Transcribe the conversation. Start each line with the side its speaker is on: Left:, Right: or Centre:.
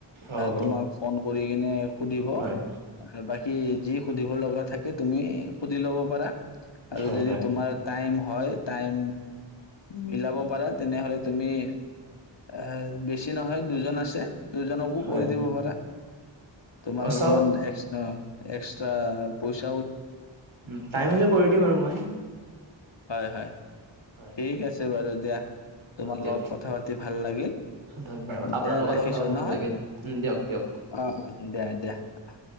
Right: অ হ'ব
Left: তোমাৰ ফোন কৰি কিনে সুধিব
Right: হয়
Left: বা কি যি। সুধিব লগা থাকে তুমি সুধি লব পাৰা। আৰু
Right: হয়
Left: যদি
Right: হয়
Left: তোমাৰ টাইম হয়। হয় টাইম মিলাব পাৰা তেনেহলে তুমি। এ বেছি নহয় দুজন আছে দুজনকো
Right: হয়
Left: কৰি দিব পাৰা তোমাৰ
Right: অ
Left: অলপমান
Right: চাও
Left: এক্স অ এক্স। এ পইচা।
Right: উম টাইমহ'লে কৰি দিম আৰু মই।
Left: হয় হয়।
Right: হয়
Left: ঠিক আছে। হব বাৰু দিয়া। তোমাৰ
Right: অ দিয়ক
Left: লগত কথা পাতি ভাল লাগিল
Right: ধন্যবাদ আপোনাৰ
Left: দিয়া
Right: লগতো
Left: ৰাখিছো
Right: কথা পাতি
Left: নহয়
Right: ভাল লাগিল উম দিয়ক দিয়ক।
Left: অ দিয়া দিয়া অহ।